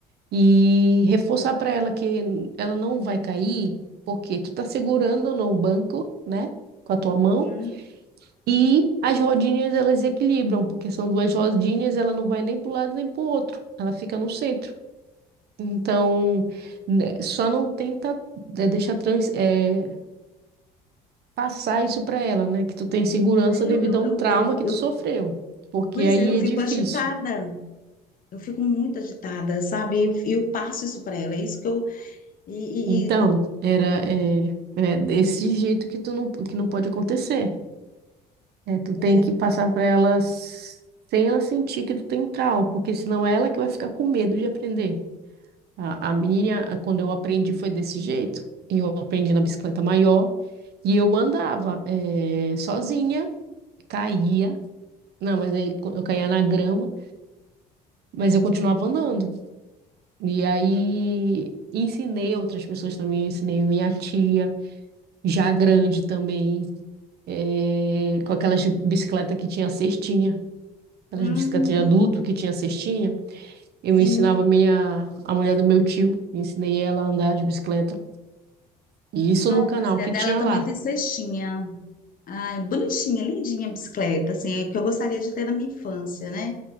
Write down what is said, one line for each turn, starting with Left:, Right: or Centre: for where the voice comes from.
Right: e reforçar para ela que ela não vai cair, porque tu tá segurando no banco, né, com a tua mão,
Left: Uhum.
Right: e as rodinhas elas equilibram, porque são duas rodinhas, ela não vai nem para um lado nem para o outro, ela fica no centro. Então, né, só não tenta é, deixar trans, é, passar isso para ela, né, que tu tem segurança
Left: Aí
Right: devido
Left: Eu, eu,
Right: a
Left: eu,
Right: um trauma
Left: eu,
Right: que
Left: eu-
Right: tu sofreu, porque
Left: pois
Right: aí
Left: é, eu fico
Right: é difícil.
Left: agitada. Eu fico muito agitada, sabe? E eu, eu passo isso para ela. É isso que eu. E,
Right: Então,
Left: e, e
Right: era é, é desse jeito que tu não, que não pode acontecer. É, tu
Left: pois
Right: tem
Left: é.
Right: que passar para ela s- sem ela sentir que tu tem trauma, porque senão é ela que vai ficar com medo de aprender. A, a minha, a- quando eu aprendi, foi desse jeito. Eu aprendi na bicicleta maior e eu andava eh, sozinha, caía. Não, mas aí co- eu caía na grama, mas eu continuava andando. E aí ensinei outras pessoas também, ensinei minha tia, já grande também, eh, com aquelas bicicletas que tinha cestinha. aquelas
Left: Hum,
Right: bicicletas de adulto que tinha cestinha. Eu
Left: sim.
Right: ensinava meia a mulher do meu tio, ensinei ela a andar de bicicleta. E isso
Left: Ah,
Right: no canal
Left: pois é.
Right: que
Left: Dela
Right: tinha
Left: também
Right: lá.
Left: tem cestinha. Ai, bonitinha, lindinha a bicicleta, assim, é que eu gostaria de ter na minha infância, né?